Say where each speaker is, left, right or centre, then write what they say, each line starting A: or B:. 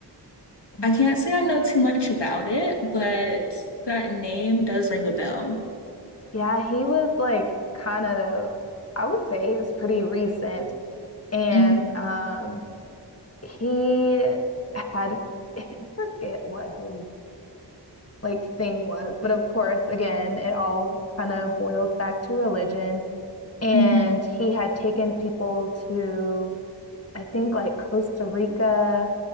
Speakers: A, on the left; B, on the left.
A: Mm-hmm.
B: I can't say I know too much about it, but that name does ring a bell.
A: Yeah, he was like kind of I would say he was pretty recent, and
B: hmm
A: um, he had I forget what his like thing was, but of course, again, it all kind of boils back to religion. And
B: hmm
A: he had taken people to, I think, like Costa Rica,